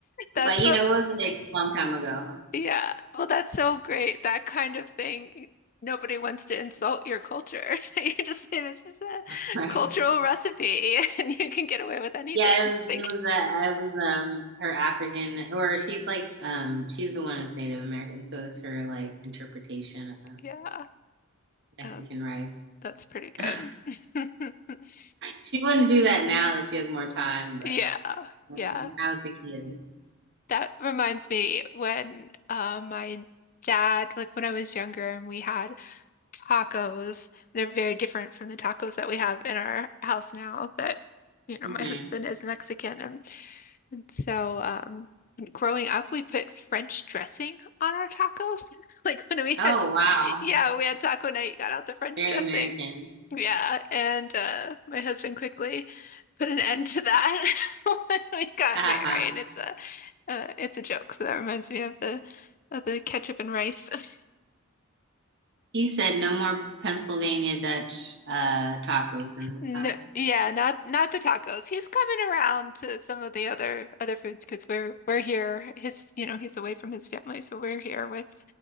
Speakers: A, on the left; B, on the right.
A: that's
B: But you
A: a
B: know, it was like a long time ago,
A: yeah. Well, that's so great. That kind of thing. Nobody wants to insult your culture. <laughs> So you just say this is a
B: <laughs> right?
A: cultural recipe <laughs> and you can get away with anything.
B: Yeah, it was.
A: Like,
B: It was. Uh, it was um her African, or she's like um she's the one that's Native American, so it's her like interpretation of
A: yeah.
B: Mexican
A: Um,
B: rice.
A: that's pretty good.
B: <laughs>
A: <laughs>
B: She wouldn't do that now that she has more time, but
A: Yeah.
B: when
A: Yeah.
B: I was a kid.
A: That reminds me when uh, my dad, like when I was younger and we had tacos. They're very different from the tacos that we have in our house now that, you know,
B: hmm
A: my husband is Mexican. And, and so, um, growing up, we put French dressing on our tacos. <laughs> Like when we
B: Oh
A: had,
B: wow,
A: yeah, we had taco night, you got out the French
B: very
A: dressing.
B: American.
A: Yeah. And uh, my husband quickly put an end to that <laughs> when we got
B: Ha ha
A: married.
B: ha.
A: It's a, uh, it's a joke. So that reminds me of the, of the ketchup and rice. <laughs>
B: He said no more Pennsylvania Dutch uh tacos in this
A: No,
B: house.
A: yeah, not not the tacos. He's coming around to some of the other other foods because we're we're here. His, you know, he's away from his family, so we're here with